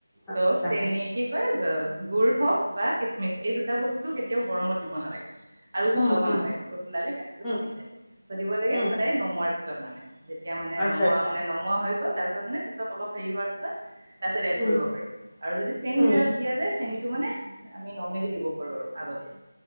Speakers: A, in the centre; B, on the right (about 40°).
A: -আচ্ছা
B: ত' চেনি কি গুড় হওক বা কিচমিচ এই দুটা বস্তু কেতিয়াও গৰমত দিব নালাগে। আৰু উতলাব
A: উম হম
B: নালাগে উতলালে গাঠিটো
A: উম
B: ফাটি যায় ছ দিব লাগে
A: উম
B: সদায় নমৰা পিছত মানে এতিয়া মানে
A: আচ্ছা
B: নমোৱা
A: আচ্ছা
B: মানে নমোৱা হৈ গ' ত পিছত মানে পিছত অলপ হেৰি হোৱাৰ পিছত তাৰপিছত এড
A: উম
B: কৰিব পাৰি আৰু যদি চেনী
A: উম
B: দিয়া যায় চেনী তটো মানে আমি নৰ্মেলি দিব পাৰো আৰু আগতে